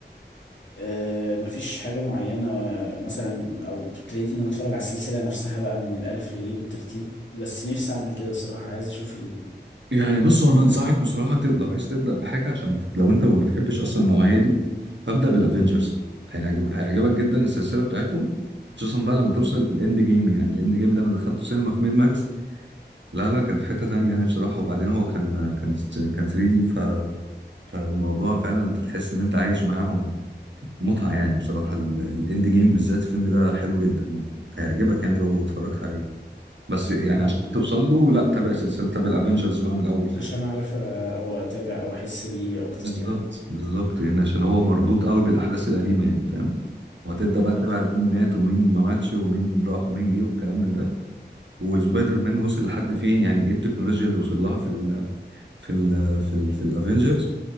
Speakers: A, on the left; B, on the right.
A: اه مفيش حاجة معينة مثلا او ابتديت ان انا اتفرج على السلسلة نفسها بقى من الالف لليه بالترتيب بس نفسي اعمل كده الصراحة عايز اشوف ال
B: يعني بص هو انا انصحك بصراحه تب... لو عايز تبدا بحاجه عشان لو انت ما بتحبش اصلا النوعيه دي فابدا بالافنجرز هيعجب... هيعجبك جدا السلسله بتاعتهم خصوصا بقى لما
A: اه،
B: توصل للاند جيم يعني الاند جيم ده انا دخلته سينما في ميد ماكس لا لا كان في حته تانية يعني بصراحه وبعدين هو كان كان كان 3 دي ف... فالموضوع فعلا انت تحس ان انت عايش معاهم متعه يعني بصراحه ال- الاند جيم بالذات الفيلم ده حلو جدا يعني. هيعجبك يعني لو اتفرجت عليه بس يعني
A: ايوه
B: عشان توصل له لا تابع سلسله تابع الافنجرز بقى من الاول خالص
A: عشان اعرف اه، او اتابع او احس بيه اكتر
B: بالظبط
A: يعني
B: بالظبط يعني عشان هو مربوط قوي بالاحداث القديمه يعني فاهم وهتبدا
A: ايوه
B: بقى تتابع
A: فاهم
B: مين مات ومين ما ماتش ومين راح ومين جه والكلام من ده والسبايدر
A: مم.
B: مان وصل لحد فين يعني ايه التكنولوجيا اللي وصل لها في ال في ال في ال في الافينجرز